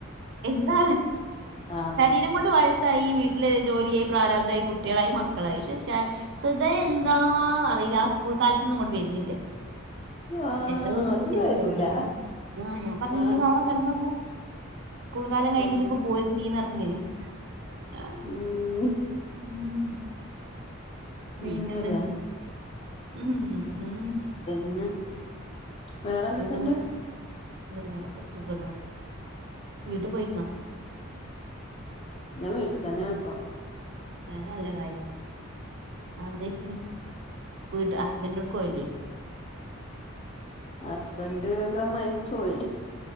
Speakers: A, on the right; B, on the left.
A: എന്താ
B: ആഹ്
A: ശരീ രം കൊണ്ട് വയസ്സായി വീട്ടില് ജോലിയായി പ്രാരാബ്തായി കുട്ടികളായി മക്കളായി പക്ഷെ ഷാ ഹൃദയം എന്താ അറിയില്ല ആ സ്കൂൾ കാലത്തന്ന് അങ്ങോട്ട് വരുന്നില്ല
B: ആഹ്
A: എത്ര വിളിച്ചിട്ടും
B: അത്
A: വരുന്നില്ല
B: തരൂല
A: പിന്നെ ഞാന് ആ ഞാൻ പറഞ്ഞു
B: ആഹ്
A: ഇനിയും അവിടെ കിടന്നോട്ടെ സ്കൂൾ കാലം കഴിഞ്ഞിട്ട്
B: ആഹ്
A: ഇപ്പം <unintelligible> ആഹ്
B: ഉം
A: <inaudible> പിന്നെന്നത്
B: ഉം ശരിയാ
A: ഉം ഉം
B: പിന്നെ വേറെന്തൊക്കെണ്ട്
A: പിന്നെ അത് വേറെക്കെ സുഖാടോ വീട്ടിൽ പോയിരുന്നോ
B: ഞാൻ വീട്ടിൽ തന്നെയാണ് ഇപ്പോ
A: അത് നല്ല കാര്യവാ അത് എന്ത് പറ്റി വീട് ഹസ്ബഡിന്റെ അവിടേക്ക് പോയില്ലേ
B: <inaudible> ഹസ്ബൻഡ് ഒക്കെ മരിച്ചുപോയി